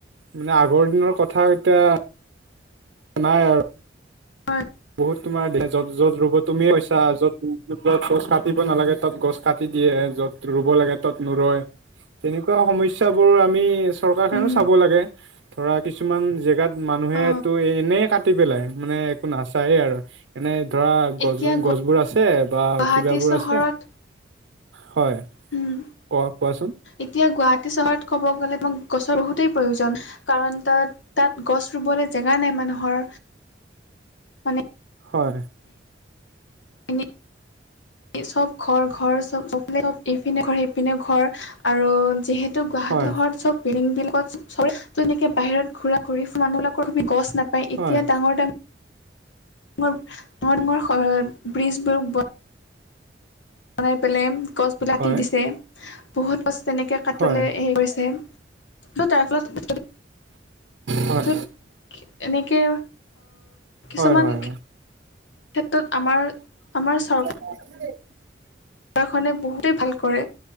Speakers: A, on the right (about 75°); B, on the left (about 80°).
A: মানে আগৰ দিনৰ কথা এতিয়া নাই আৰু
B: হয়
A: বহুত তোমাৰ দে যত য'ত ৰুব তুমি কৈছা য'ত য'ত গছ কাটিব নালাগে তত গছ কাটি দিয়ে য'ত ৰুব লাগে তাত নুৰয় তেনেকুৱা সমস্যাবোৰ আমি চৰকাৰখনেও
B: উম
A: চাব লাগে ধৰা কিছুমান জেগাত মানুহেটো
B: অ
A: এনেই কাটি পেলাই মানে একো নাচায়ে আৰু এনেই ধৰা গছ
B: এতিয়া
A: গছবোৰ আছে বা
B: গুৱাহাটী
A: কিবাবোৰ
B: চহৰত
A: আছে হয়
B: উম
A: ক কোৱাচোন
B: এতিয়া গুৱাহাটী চহৰত ক'ব গ'লে মোক গছৰ বহুতেই প্ৰয়োজন কাৰণ তাত তাত গছ ৰুবলৈ জেগা নাই মানুহৰ মানে
A: হয়
B: এনে চব ঘৰ ঘৰ চব চব চব ইপিনে ঘৰ সেইপিনে ঘৰ আৰু যিহেতু গুৱাহাটীৰ
A: হয়
B: ঘৰত চব বিল্ডিঙৰ চপ তেনেকে বাহিৰত ঘূৰা ঘূৰি ফুৰা মানুহ বিলাকৰ গছ নাপ এতিয়া
A: হয়
B: ডাঙৰ, ডাঙৰ, ডাঙৰ, ডাঙৰ ব্ৰীজবোৰ ব্ বনাই পেলাই গছবিলাক
A: হয়
B: কাটি দিছে। বহুত গছ তেনেকে কাটি
A: হয়
B: লৈ হেৰি কৰিছে। ত' তাৰ ফলত <unintelligible>
A: হয়
B: ত'ত এনেকে কিছুমান
A: হয় হয়
B: ক্ষেত্ৰত আমাৰ, আমাৰ চৰকাৰ
A: <unintelligible>
B: চৰকাৰখনে বহুতেই ভাল কৰে।